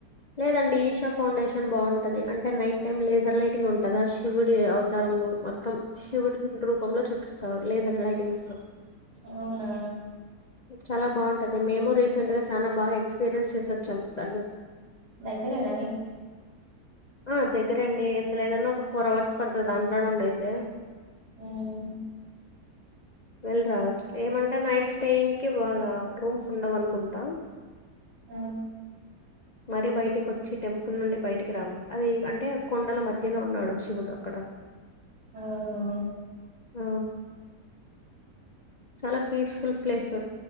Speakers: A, on the left (about 45°); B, on the right (about 85°).
A: లేదండి ఈషా ఫౌండేషన్ బాంటది అంటే నైట్ టైమ్ లేజర్ లైటింగ్ ఉంటదాశివుడి అవు తరము మత్తం శివుడి రూపంలొ చూపిస్తార్ లేజర్ లైటింగ్స్ తో
B: అవునా
A: చాలా బాగుంటది మేము రీసెంట్గా చానా బాగా ఎక్స్పీరియన్స్ చేసొచ్చాం దాన్ని
B: దగ్గేరేన మిక్
A: ఆ దగ్గరేండి ఎంత లేదన్నా ఒక ఫోర్ అవర్స్ పడతది ఆంధ్రానుండైతే
B: ఉమ్
A: వెళ్ల్రావచ్ ఏమంటే నైట్ స్టేయింగ్ కి బాగా రూమ్స్ ఉండవనుకుంట
B: ఆ
A: మరీ బయటికొచ్చి టెంపుల్ నుండి బయటిక రావాలి అది అంటే కొండల మధ్యలో ఉన్నాడు శివుడు అక్కడ <inaudible>
B: ఔనా
A: ఆ చాలా పీస్ ఫుల్ ప్లేస్